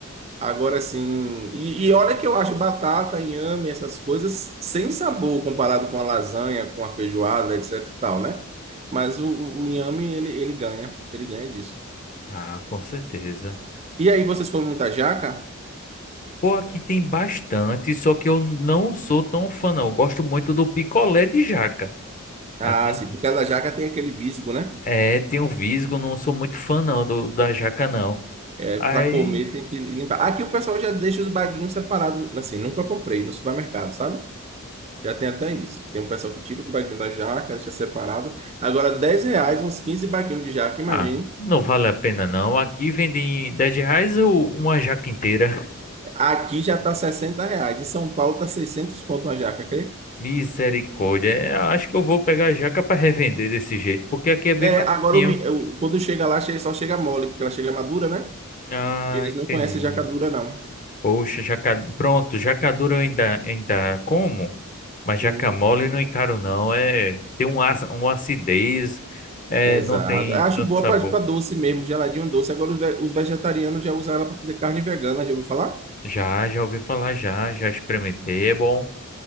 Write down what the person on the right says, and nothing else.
Agora sim. E, e olha que eu acho batata, inhame, essas coisas sem sabor comparado com a lasanha, com a feijoada, etc e tal, né? Mas o, o, o inhame, ele, ele ganha. Ele ganha disso.
E aí, vocês comem muita jaca?
Ah,
sim, porque cada jaca tem aquele visgo, né?
É,
para comer tem que limpar. Aqui o pessoal já deixa os baguinhos separados, assim, nunca comprei no supermercado, sabe? Já tem até isso. Tem um pessoal que tira o baguinho da jaca, deixa separado. Agora, 10 reais, uns 15 baguinhos de jaca, imagine.
Aqui já tá 60 reais. Em São Paulo tá 600 conto uma jaca, crê?
É,
agora, o mi- eu- quando chega lá, che- só chega mole, porque ela chega madura, né?
Eles
não conhecem jaca dura, não.
Hum,
exato.
Eu Acho
boa
pra, pra doce mesmo, geladinho doce. Agora, os, ve- os vegetarianos já usam ela pra fazer carne vegana, já ouviu falar?